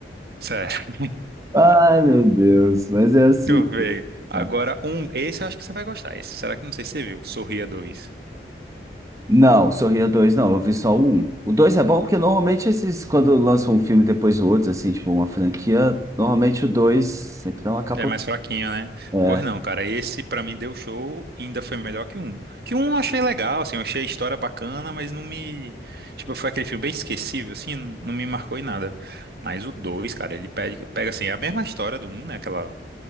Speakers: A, on the right; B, on the right.
A: Sério.
B: <laughs> Ai, meu Deus, mas
A: <laughs>
B: é assim.
A: Deixa eu ver. Agora,
B: né?
A: um, esse eu acho que você vai gostar. Esse, será que não sei se você viu? Sorria dois.
B: Não, Sorria dois não, eu vi só o 1. O 2 é bom porque normalmente esses, quando lançam um filme depois do outro, assim, tipo uma franquia, normalmente o 2 sempre dá uma capotada.
A: É mais fraquinho, né?
B: É.
A: Pois não, cara, esse pra mim deu show e ainda foi melhor que um. Que um eu achei legal, assim, eu achei a história bacana, mas não me. Tipo, foi aquele filme bem esquecível, assim, não, não me marcou em nada. Mas o dois, cara, ele pega, pega assim, é a mesma história do um, né? Aquela.